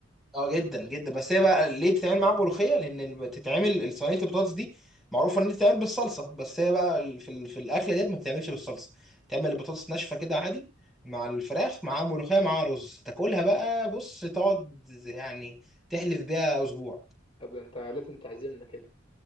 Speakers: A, in the centre; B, on the left.
A: اه جدا جدا بس هي بقى ليه بتتعمل معاها ملوخيه لان ال- بتتعمل صينيه البطاطس دي معروفه ان هي بتتعمل بالصلصه بس هي بقى ال- في ال- في الاكله ديت ما بتتعملش بالصلصه تعمل البطاطس ناشفه كده عادي مع الفراخ مع ملوخيه مع رز تاكلها بقى بص تقعد يعني تحلف بيها اسبوع
B: طب ده انت لازم تعزمنا كده